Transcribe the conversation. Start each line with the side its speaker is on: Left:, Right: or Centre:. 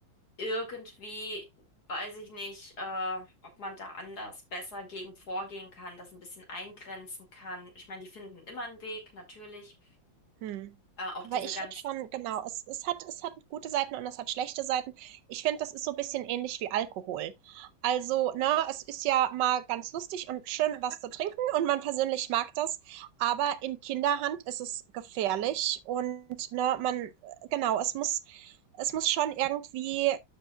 Left: irgendwie, weiß ich nicht, äh, ob man da anders besser gegen vorgehen kann, das ein bisschen eingrenzen kann. Ich meine, die finden immer einen Weg, natürlich.
Right: hm
Left: Äh, auch
Right: Aber
Left: diese
Right: ich
Left: ganz
Right: finde schon genau, es es hat es hat gute Seiten und es hat schlechte Seiten. Ich finde, das ist so ein bisschen ähnlich wie Alkohol. Also, ne, es ist ja mal ganz lustig und schön, was zu trinken und man persönlich mag das, aber in Kinderhand ist es gefährlich und, ne, man genau, es muss es muss schon irgendwie,